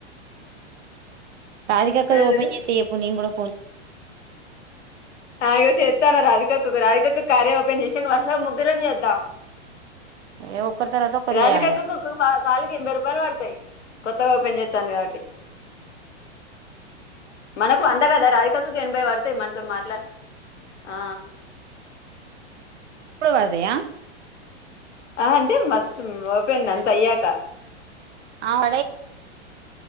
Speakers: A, on the right; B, on the left.
A: రాధికక్కడి
B: అదే
A: ఓపెన్ చేస్తే చెప్పు నేను కూడా
B: ఆ ఇగో చేస్తాను రాధికకు రాధికకు కార్య ఓపెన్ చేసినా వరుసగా ముగ్గురం చేద్దాం
A: ఏ ఒక్కరి తర్వాత ఒకరు
B: రాదికక్కకు
A: చేయాలే
B: ఒక కాలికి ఎనబై రూపాయలు పడతాయి కొత్తగా ఓపెన్ చేస్తుంది కాబట్టి మనకు అంద కదా రా అక్కకు ఎనబై పడితే మనతో మా ఆ
A: ఇప్పుడే పడతాయా
B: ఆ అంట మ ఓపెన్ అంత అయ్యాక
A: అవు